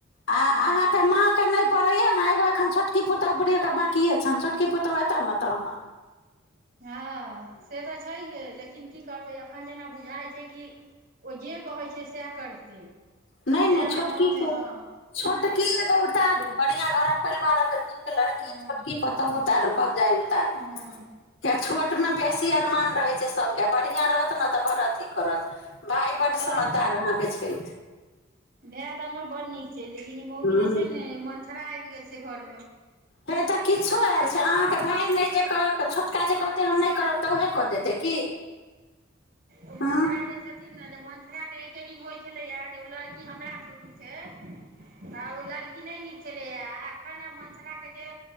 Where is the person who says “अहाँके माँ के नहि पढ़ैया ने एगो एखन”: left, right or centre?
Left